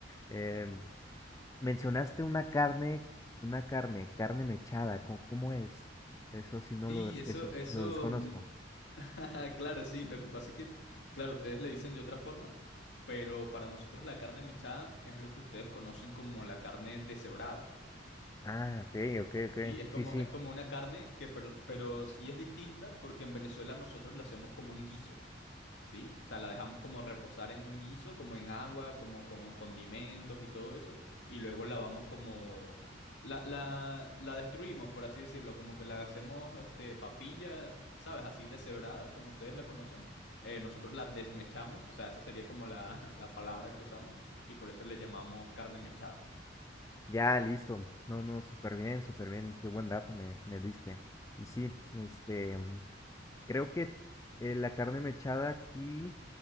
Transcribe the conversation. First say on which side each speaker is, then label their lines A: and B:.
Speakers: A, on the left (about 15°); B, on the left (about 65°).
A: Em, mencionaste una carne, una carne, carne mechada. ¿Cómo, cómo es? Eso sí no
B: Sí,
A: lo,
B: eso,
A: eso
B: eso,
A: lo desconozco.
B: <laughs> Claro, sí, lo que pasa es que, claro, ustedes le dicen de otra forma, pero para nosotros la carne mechada es lo que ustedes conocen como la carne deshebrada.
A: Ah, ok, ok, ok.
B: Sí, es
A: Sí,
B: como,
A: sí.
B: es como una carne que, pero, pero sí es distinta porque en Venezuela nosotros la hacemos como un guiso. ¿sí? O sea, la dejamos como reposar en un guiso, como en agua, como con condimentos y todo eso, y luego la vamos como... La, la, la destruimos, por así decirlo, como que la hacemos este, papilla, ¿sabes? Así deshebrada, como ustedes la conocen. Eh, nosotros la desmechamos, o sea, esa sería como la, <laughs> la palabra que usamos, y por eso le llamamos carne mechada.
A: Ya, listo. No, no, súper bien, súper bien. Qué buen dato me, me diste. Y sí, este, mm, creo que eh, la carne mechada aquí,